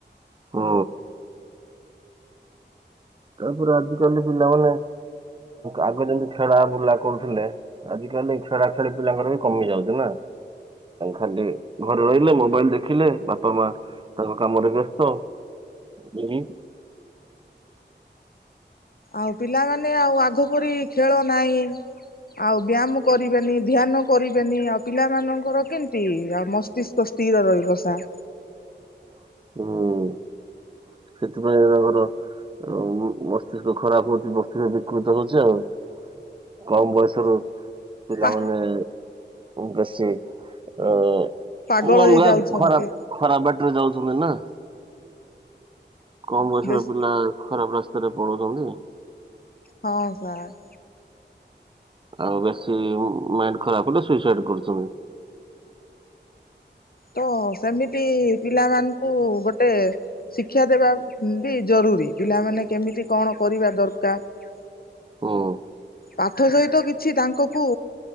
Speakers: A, on the right; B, on the left.
A: ହଁ। ତାପରେ ଆଜିିକାଲି ପିଲାମାନେ ଆଗ ଯେମିତି ଖେଳା ବୁଲା କରୁଥିଲେ। ଆଜିିକାଲି ଖେଳା ଖେଳି ପିଲାଙ୍କର ବି କମି ଯାଉଛି ନା। ଖାଲି ଘରେ ରହିଲେ ମୋବାଇଲ ଦେଖିଲେ ବାପା ମା ତାଙ୍କ କାମରେ ବ୍ୟସ୍ତ। <unintelligible>
B: ଆଉ ପିଲାମାନେ ଆଉ ଆଗ ପରି ଖେଳ ନାହିଁ। ଆଉ ବ୍ୟାୟାମ କରିବେନି ଧ୍ୟାନ କରିବେନି ଆଉ ପିଲା ମାନଙ୍କର କେମତି ଆଉ ମସ୍ତିଷ୍କ ସ୍ଥିର ରହିବ ସାର୍।
A: <inaudible> ହୁଁ ସେଥିପାଇଁ ତାଙ୍କର। ଆ ମ-ମସ୍ତିଷ୍କ ଖରାପ ହଉଛି ମସ୍ତିଷ୍କ ବିକୃତ ହଉଛି ଆଉ। କମ ବୟସ ରୁ ପିଲାମାନେ।
B: ପା
A: ବେଶୀ ଅ-ଅଲଗା
B: ପାଗଳ ହେଇଯାଉଛନ୍ତି
A: ଖରାପ ଖରାପ ବା ଟ ରେ ଯାଉଛନ୍ତି ନା। କମ ବୟସ
B: ଦେଶ
A: ର ପିଲା ଖରାପ ରାସ୍ତାରେ ପଳଉଛନ୍ତି।
B: ହଁ ସାର୍।
A: ଆଉ ବେଶୀ ମାଇଣ୍ଡ ଖରାପ ହେଲେ ସୁଇସାଇଡ କରୁଛନ୍ତି।
B: ତ ସେମିତି ପିଲାମାନଙ୍କୁ ଗୋଟେ ଶିକ୍ଷା ଦେବା ବି ଜରୁ ରି ପିଲାମାନେ କେମିତି କଣ କରିବା ଦରକାର।
A: ହୁଁ
B: ପାଠ ସହିତ କିଛି ତାଙ୍କ କୁ।